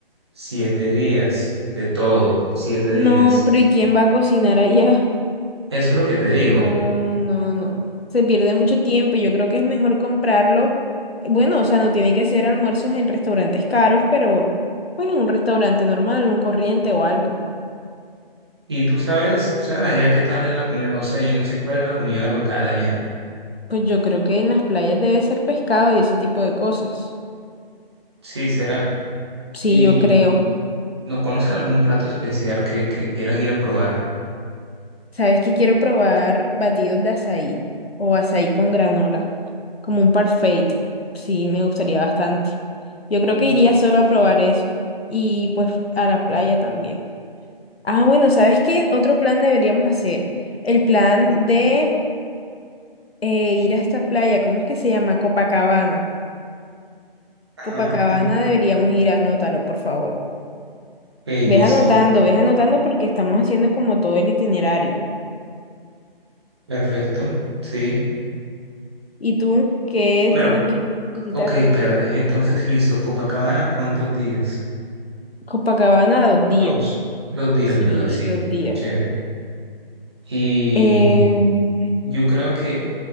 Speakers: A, on the right; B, on the left.
A: siete días, de todo, siete
B: No,
A: días.
B: pero ¿y quién va a cocinar allá?
A: Eso es lo que te digo.
B: No, no, no. Se pierde mucho tiempo. Yo creo que es mejor comprarlo. Bueno, o sea, no tiene que ser almuerzos en restaurantes caros, pero pues en un restaurante normal, un corriente o algo.
A: Y tú sabes, o sea, allá qué tal es la comida, o sea, yo no sé cuál es la comida local allá.
B: Pues yo creo que en las playas debe ser pescado y ese tipo de cosas.
A: Sí, será.
B: Sí,
A: ¿Y
B: yo creo.
A: no conoces algún plato especial que, que quieras ir a probar?
B: Sabes que quiero probar batidos de azaí o azaí con granola, como un parfait. Sí, me gustaría bastante. Yo creo
A: Uf.
B: que iría solo a probar eso y pues a la playa también. Ah, bueno, ¿sabes qué otro plan deberíamos hacer? El plan de eh, ir a esta playa, ¿cómo es que se llama? Copacabana.
A: Ajá,
B: Copacabana deberíamos ir, anótalo, por favor.
A: ok,
B: Ves
A: listo,
B: anotando, ves anotando porque estamos haciendo como todo el itinerario.
A: perfecto, sí.
B: ¿Y tú qué
A: Bueno.
B: destinos quieres visitar?
A: Ok, espérate. Entonces, listo. Copacabana, ¿cuántos días?
B: Copacabana, dos días.
A: Dos. Dos días,
B: Sí,
A: ¿verdad? Sí.
B: dos días.
A: Chévere. Y
B: Em,
A: yo creo que,